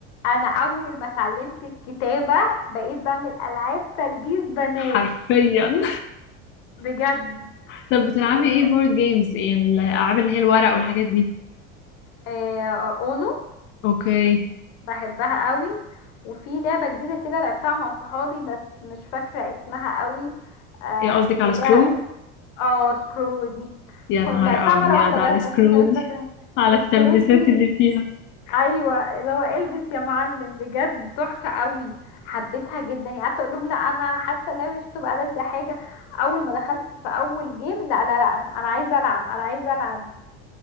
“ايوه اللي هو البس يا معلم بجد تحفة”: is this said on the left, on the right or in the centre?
Left